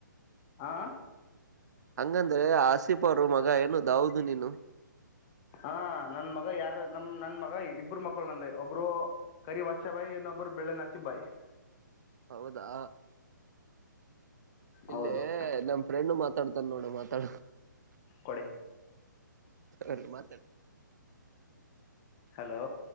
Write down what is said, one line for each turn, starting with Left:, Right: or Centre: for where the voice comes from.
Left: ಆ.
Right: ಹಂಗಂದ್ರೆ ಆಸಿಫ ಅವರು ಮಗ ಏನು ದಾವದು ನೀನು.
Left: ಹಾ ನನ್ ಮಗ ಯಾರ. ನಮ್ ನನ್ ಮಗ ಇಬ್ಬರು ಮಕ್ಕಳು ನಂದ ಒಬ್ರು ಕರಿ ವಷ ಬಾಯಿ ಇನ್ನೊಬ್ರು ಬೆಳ್ಳೆನ ಆಶಿಫ್ ಬಾಯ್. <inaudible>
Right: ಹೌದಾ ಇಲ್ಲೇ
Left: ಹೌದು
Right: ನಮ್ ಫ್ರೆಂಡ್ ಮ ಮಾತಾಡ್ತಾನ ನೋಡ ಮಾತಾಡ್
Left: ಕೊಡಿ
Right: ಸರಿ ಮಾತಾಡಿ
Left: ಹಲೋ